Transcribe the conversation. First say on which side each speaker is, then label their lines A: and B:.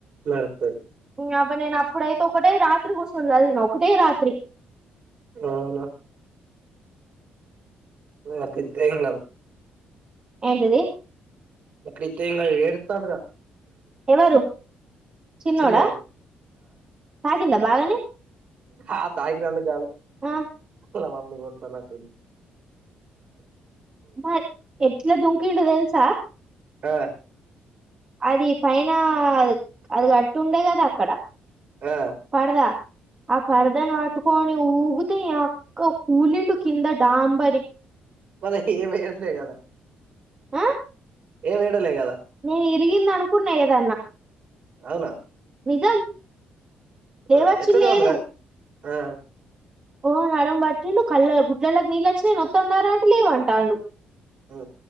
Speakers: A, on the right; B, on the right.
A: నడుత్తది
B: నీ అబ్బ నేను అప్పుడైతే ఒకటే రాత్రి కూసోం చదివిన ఒకటే రాత్రి.
A: అవునా ఆ అట్ల ఇత్తేం గాదు.
B: ఏంటిది
A: ఇట్ల ఇత్తేంగాదు ఈడు ఏడుత్తాండుగా.
B: ఎవరు చిన్నోడా
A: చిన్నోడు
B: తాకిందా బాగానే.
A: హా తాకినందుక్ గాదు
B: ఆ
A: వాళ్ళ మమ్మీ కొడతాన్నట్టుంది.
B: <unintelligible> ఎట్ల దుంకిండు తెల్సా
A: ఆ
B: అది పైన అది గట్టు ఉండే కదా అక్కడ
A: ఆ
B: పరదా ఆ పరదాని పటుకో ఊగుతయి అక్క కూలిండు కింద డాంబరి
A: మనకేం ఎయ్యట్లే కదా
B: ఆ
A: ఏం ఏడలే కదా
B: నీ ఈ రిగిం అనుకున్నా ఏదన్నా
A: అవునా
B: నిజం లేవచ్చు
A: ఆ ఎట్లుంది
B: లేదు
A: మమ్మీ లైఫ్? ఆ
B: ఓ నడడం బటిం కల్ళ గు ఇల్కి నీళ్ళ వచ్చి నొత్తన్నార అంటే లేవవుంటాడు
A: ఓ